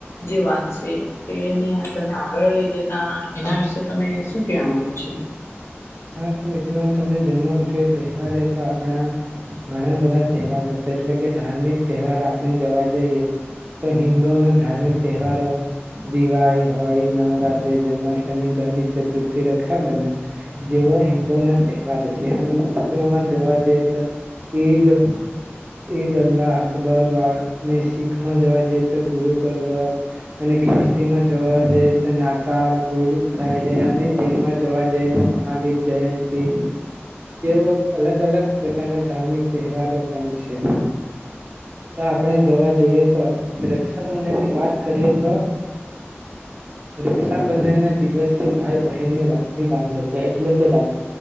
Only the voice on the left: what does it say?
જે વાત છે એને તમે આગળ લઈ જતા એના વિશે તમે શું કેવા માંગો છો?